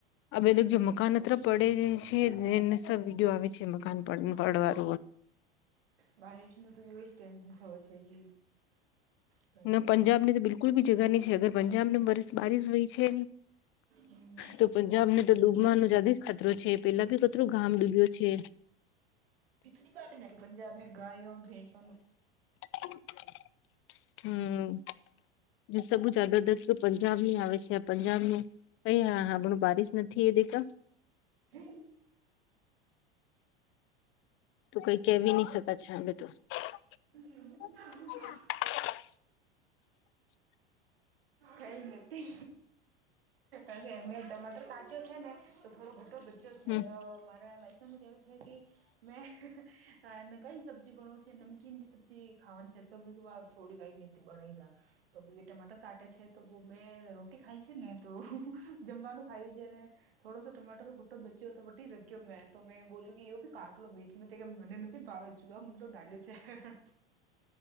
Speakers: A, on the left (about 45°); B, on the right (about 80°).
A: આ બધક જે મકાન અત્ર પડે છે એને સબ વિડીયો આવે છે મકાન પડવાર.
B: બાહ શ તું સ ટશન થ છે કે. કઈ
A: ના
B: ને
A: પંજાબની
B: કઈ
A: તો બિલકુલ બી જગા નહી છે અગર પંજાબ નેર બારિશ વય છે,
B: હમ
A: તો પંજાબ ને તો ડૂબવા ન જદજ ખતરો છે. પેલા ભી કતરું ગામ ડૂબ્યો છે.
B: પિછલી બાત પંજાબની ગાયો ભેસો.
A: <inaudible> હમ, જો સબુ જ અડદગ પંજાબ ની આવે છે આ પંજાબનું અ હા હા આપણું બારીશ નથી એ દક
B: હમ <unintelligible>
A: તો કઈ કેવી નહી શક છે આપડે તો. <inaudible>
B: કઈ કઈ નથી. અરે મેં ટમાટર કાચ્યો છે ને, તો થોડો બટો બો છે
A: હમ
B: તો મારા મારી સાને કેવા છે કે મેંને કઈ સબ્જી બણ છે નમકીન જે સબ્જી ખાવાની છે તો થોડી કંઈ બનાઇએ, તો બી ટમાટર કાટે છે. તો મેં રોટી ખાય છે ને તો જમવાનું ખાયું છે અને થોડો સો ટમાટરો ભુટો બચ્યો હતો તો વટી રગ્યો મેં તો મેં બોલ્યું કે એું કાટલો લો બીચ મે તો કે મને બાબ જુવા મૂલો ડા્યો છે.